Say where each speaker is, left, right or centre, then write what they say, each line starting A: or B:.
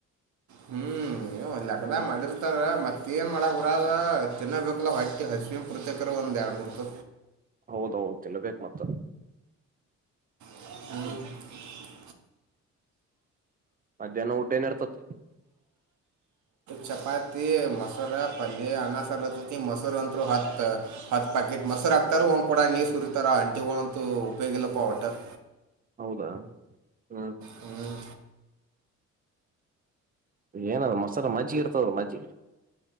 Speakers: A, on the right; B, on the right.
A: ಹ್ಮ್ ಏಕ್ಕದ
B: ಹ್ಮ್
A: ಮಾಡಿರ್ತಾರ ಮತ್ ಏ ಮಾಡಕ್ ಬ್ರ ಅ ತಿನ್ನೋಬೇಕಲ್ಲ ಹೊಟ್ಟಿ ಹಸಮಿನ ಪೃತೇಕ್ರ ಒಂದ ಎರಡು ಮೂರ್ ತ
B: ಹೌದೌದು ತಿಲ್ಲಬೇಕು ಮತ್ತ
A: ಹ್ಮ
B: ಹ್ಮ್ ಮಧ್ಯಾಹ್ನ ಊಟ ಏನ ಇರ್ತತಿ
A: ಚಪಾತಿ ಮೊಸರಾ ಪಲ್ಯ ಅ ಮೊರು ಅಂತರು ಹ ಹತ್ ಪಾಕೆಟ್ ಮೊರ ಹಾಕ್ ರ್ ಒಂದು ಕೂಡ ನೀರು ಸುರಿತಾರೆ ಅಂಟಿ ಒಂತೂ ಉಪಯೋಗಿಲ್ಲ ಪ ಅವಟರ್
B: ಹೌದಾ ಹ್ಮ
A: ಹ್ಮ್
B: ಏನಾದ್ರ ಮೊಸಾಲ ಮಜ್ಜಿಗೆ ಇರ್ತದ ಮಜ್ಜಿಗೆ